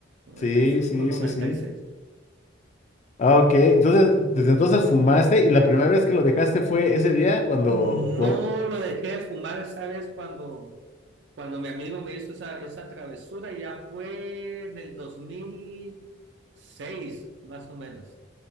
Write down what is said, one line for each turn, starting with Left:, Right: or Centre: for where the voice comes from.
Right: noventa
Left: Sí,
Right: noventa y cinco
Left: sí,
Right: noventa
Left: sí, sí.
Right: y seis
Left: Ah, Ok, entonces, desde entonces fumaste y la primera vez que lo dejaste fue ese día cuando,
Right: No
Left: cuando...
Right: lo dejé de fumar esa vez cuando, cuando mi amigo me hizo esa, esa travesura, ya fue en el dos mil seis más o menos.